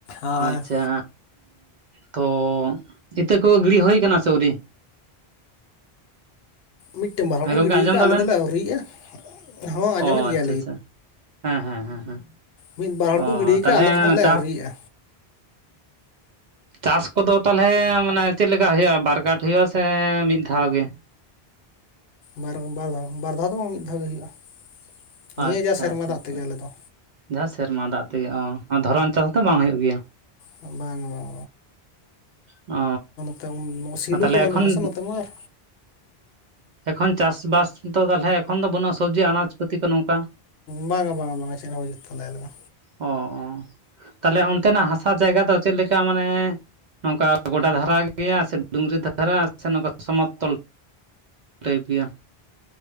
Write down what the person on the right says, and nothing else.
ᱟᱪᱪᱷᱟ ᱛᱚ ᱤᱛᱟᱹ ᱠᱚ ᱜᱤᱲᱤ ᱦᱩᱭ ᱠᱟᱱᱟ ᱥᱮ ᱟᱣᱨᱤ
ᱦᱮᱸ
ᱜᱚᱝᱠᱮ
ᱟᱸᱡᱚᱢ
ᱫᱟᱵᱮᱱ
ᱚ
ᱟᱪᱪᱷᱟ ᱟᱪᱪᱷᱟ ᱦᱮᱸ ᱦᱮᱸ ᱦᱮᱸ
ᱚ
ᱛᱟᱦᱚᱞᱮ
ᱪᱟᱥ
ᱪᱟᱥ ᱠᱚᱫᱚ ᱛᱟᱦᱚᱞᱮ ᱢᱟᱱᱮ ᱪᱮᱫ ᱞᱮᱠᱟ ᱦᱩᱭᱩᱜ-ᱟ ᱵᱟᱨ ᱠᱟᱴ ᱦᱩᱭᱩᱜ-ᱟ ᱥᱮ ᱢᱤᱫ ᱫᱷᱟᱣ ᱜᱮ
ᱟᱪᱪᱷᱟ
ᱟᱪᱪᱷᱟ
ᱟᱪᱪᱷᱟ
ᱡᱟᱦᱟᱸ ᱥᱮᱨᱢᱟ ᱫᱟᱜ ᱛᱮᱜᱮ ᱚ ᱫᱷᱚᱨᱚᱱ ᱪᱟᱥ ᱫᱚ ᱵᱟᱝ ᱦᱩᱭᱩᱜ ᱜᱮᱭᱟ
ᱚ
ᱛᱟᱦᱚᱞᱮ
ᱮᱠᱷᱚᱱ
ᱮᱠᱷᱚᱱ ᱪᱟᱥᱵᱟᱥ ᱫᱚ ᱛᱟᱦᱚᱞᱮ ᱮᱠᱷᱚᱱ ᱫᱚ ᱵᱟᱹᱱᱩᱜ-ᱟ ᱥᱚᱵᱽᱡᱤ ᱟᱱᱟᱡ ᱯᱟᱹᱛᱤ ᱠᱚ ᱱᱚᱝᱠᱟ
ᱚᱻᱚ ᱛᱟᱦᱚᱞᱮ ᱚᱱᱛᱮᱱᱟᱜ ᱦᱟᱥᱟ ᱡᱟᱭᱜᱟ ᱫᱚ ᱪᱮᱫ ᱞᱮᱠᱟ ᱢᱟᱱᱮ ᱱᱚᱝᱠᱟ ᱜᱚᱰᱟ ᱫᱷᱟᱨᱟ ᱜᱮᱭᱟ ᱥᱮ ᱥᱤᱛᱩᱝᱨᱤ ᱫᱷᱟᱨᱟ ᱟᱪᱪᱷᱟ ᱱᱚᱝᱠᱟ ᱥᱚᱢᱛᱚᱞ ᱴᱟᱤᱯ ᱜᱮᱭᱟ